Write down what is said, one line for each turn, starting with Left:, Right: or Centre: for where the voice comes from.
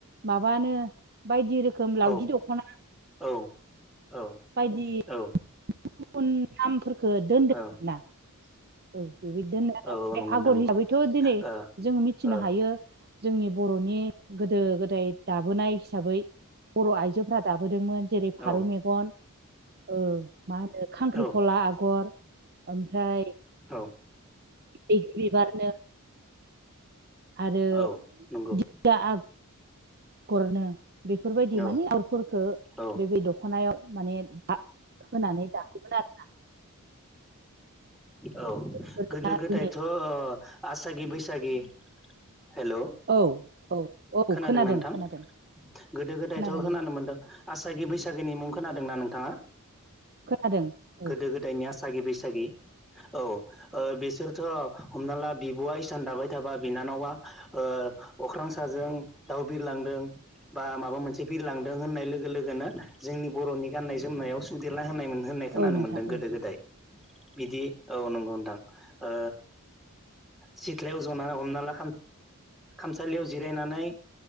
Right: माबानो बायदि रोखो- खोम लावगि
Centre: औ
Right: दख'ना
Centre: औ औ
Right: बायदि
Centre: औ
Right: गुबुन गुबुन नामफोरखो दोनदों
Centre: औ
Right: आरोना औ बेबायदि दोनो आरो
Centre: औ
Right: ओमफ्राय
Centre: नंगौ
Right: आगर
Centre: नोंथां नंगौ
Right: हिसाबैथ' दिनै
Centre: ओ
Right: जों मिथिनो
Centre: ओ
Right: हायो जोंनि बर'नि गोदो गोदाय दाबोनाय हिसाबै बर' आइजोफोरा दाब बोदोंमोन जेरै फारौ
Centre: औ
Right: मेगन ओ मा होनो खांख्रिखला
Centre: औ
Right: आगर ओमफ्राय
Centre: औ
Right: बैग्रि बिबारनो आरो
Centre: औ नंगौ
Right: दिंखिया आगर गरनो बेफोरबायदि
Centre: औ
Right: माने अगरफोरखौ
Centre: औ
Right: बे दख'नायाव माने आ होनानै दायोमोन आरोना
Centre: औ
Right: आरो
Centre: गोदो गोदायथ'
Right: दिनै
Centre: ओ आसागि बैसागि हेल'
Right: औ औ औ
Centre: खोनादोंना
Right: खोनादों
Centre: नोंथां
Right: खोनादों
Centre: गोदो गोदायथ'
Right: खोनादों
Centre: खोनानो मोनदों आसागि बैसागोनि मुंखौ खोनादोंना नोंथाङा
Right: खोनादों
Centre: गोदो
Right: औ
Centre: गोदायनि आसागि बैसागि औ ओ बिसोर थ' हमना ला बिब'आ इसान दाबाय थाबा बिनानावा ओ अख्रां साजों दाउ बिरलांदों बा माबा मोनसे बिरलांदों होननाय लोगो लोगोनो जोंनि बर'नि गाननाय जोमनायाव सुदेरला होननाय होननाय खोनानो
Right: औ नोंथां
Centre: मोन्दों
Right: औ
Centre: गोदो गोदाय बिदि औ नंगौ नथां ओ सिथ्लायाव जना हमना ला खामसालियाव जिरायनानै